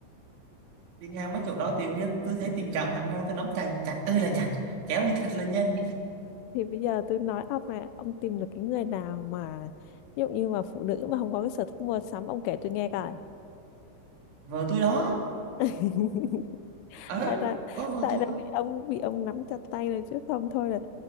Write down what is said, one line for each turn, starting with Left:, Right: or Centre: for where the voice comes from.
Right: đi ngang mấy chỗ đó tự nhiên tôi thấy tình cảm hẳn ra tôi nắm tay chặt ơi là chặt kéo đi thật là nhanh
Left: thì bây giờ tôi nói ông mà ông tìm được cái người nào mà ví dụ như mà phụ nữ mà không có cái sở thích mua sắm ông kể tôi nghe coi
Right: vợ tôi đó
Left: <laughs>
Right: ờ
Left: tại là
Right: có vợ
Left: tại
Right: tôi
Left: là
Right: đó
Left: vì ông bị ông nắm chặt tay rồi chứ không thôi là